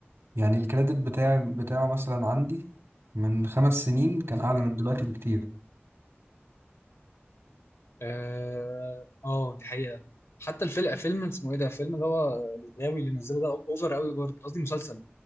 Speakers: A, on the right; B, on the left.
A: يعني الكريدت بتاعي بتاعه مثلا عندي من خمس سنين كان اعلى
B: مم.
A: من دلوقتي بكتير
B: اه آه، دي حقيقه حتى الفيلم فيلم اسمه ايه ده فيلم اللي هو الغاوي اللي نزله ده اوفر قوي برضه قصدي مسلسل